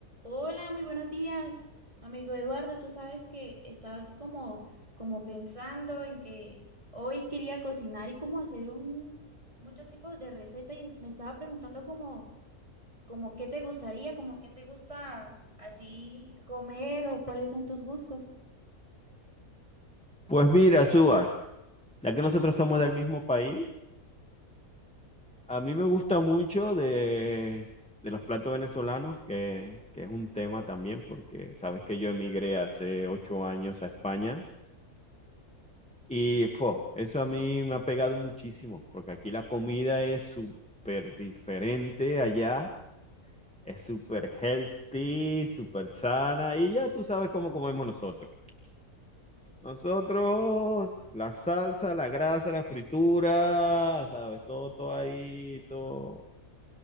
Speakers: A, on the right (about 20°); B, in the centre.
A: Hola, muy buenos días, amigo Eduardo. Tú sabes que estaba así como, como pensando en que hoy quería cocinar y como hacer un, muchos tipos de recetas y es- me estaba preguntando como, como qué te gustaría, como qué te gusta así comer o cuáles son tus gustos.
B: Pues mira, Suar, ya que nosotros somos del mismo país, a mí me gusta mucho de, de los platos venezolanos, que, que es un tema también, porque sabes que yo emigré hace ocho años a España y fo, eso a mí me ha pegado muchísimo, porque aquí la comida es súper diferente allá, es súper healthy, súper sana y ya tú sabes cómo comemos nosotros. Nosotros, la salsa, la grasa, la fritura, ¿sabes? Todo, todo ahí, todo,